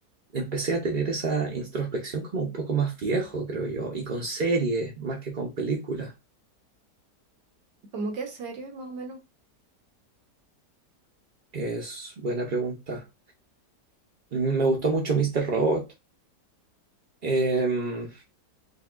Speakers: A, on the right; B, on the right.
A: empecé a tener esa introspección como un poco más viejo, creo yo, y con series más que con películas.
B: Como que es serio, más o menos.
A: Es buena pregunta. Mm, Me gustó mucho Mr. Robot. Em,